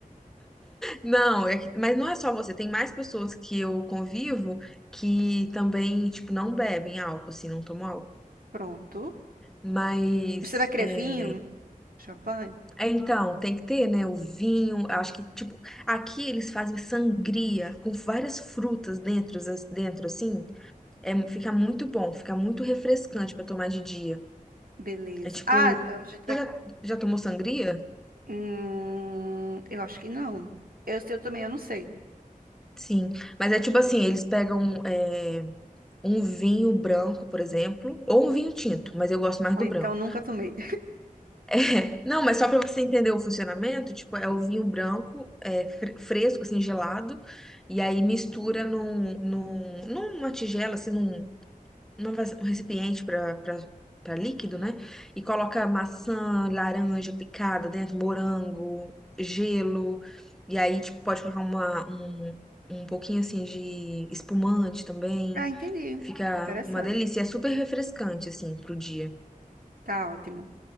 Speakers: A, in the centre; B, on the right.
A: Não, é que- mas não é só você, tem mais pessoas que eu convivo que também, tipo, não bebem álcool, assim, não tomam álcool.
B: Pronto.
A: Mas,
B: Você vai querer
A: é,
B: vinho? Champanhe?
A: é, então, tem que ter, né, o vinho, acho que, tipo, aqui eles fazem sangria com várias frutas dentro, as- dentro assim, é, fica muito bom, fica muito refrescante pra tomar de dia.
B: Beleza.
A: É tipo.
B: Ah, então a gente vai...
A: Você já, já tomou sangria?
B: Hum, eu acho que não. Eu, se eu tomei, eu não sei.
A: Sim. Mas é tipo assim, eles pegam é, um vinho branco, por exemplo, ou um vinho tinto, mas eu gosto mais
B: Ah,
A: do
B: então
A: branco.
B: nunca tomei.
A: <laughs> Não, mas só pra você entender o funcionamento, tipo, é
B: <laughs>
A: o vinho branco, é, fre- fresco, assim, gelado, e aí mistura num, num, numa tigela, assim, num não vai, um recipiente para para líquido, né? E coloca maçã, laranja picada dentro, morango, gelo. E aí, tipo, pode colocar uma, um, um pouquinho assim de espumante também.
B: Ah, entendi.
A: Fica
B: Interessante.
A: uma delícia. E É super refrescante, assim, pro dia.
B: Tá ótimo.